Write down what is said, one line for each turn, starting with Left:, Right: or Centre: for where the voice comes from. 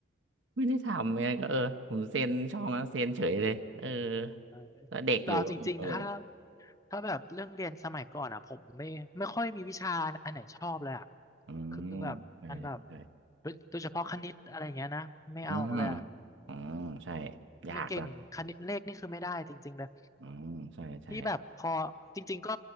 Right: ไม่ได้ทำเนี่ยก็เออผมเซ็นช่องแล้วเซ็นเฉยเลยเออ
Left: เออ
Right: แล้วเด็กอยู่ก็เออ
Left: แต่เอาจริงๆถ้า ถ้าแบบเรื่องเรียนสมัยก่อนอ่ะผมไม่ไม่ค่อยมีวิชาอันไหนชอบเลยอ่ะ
Right: อืมใช่ใช่ใช่
Left: คือแบบมันแบบโดยโดยเฉพาะคณิตอะไรเงี้ยนะไม่เอาเลยอ่ะ
Right: อืมอืมใช่ยากแล้ว
Left: ไม่เก่งคณิตเลขนี่คือไม่ได้จริงๆเลย
Right: อืมใช่ใช่
Left: ที่แบบพอจริงๆก็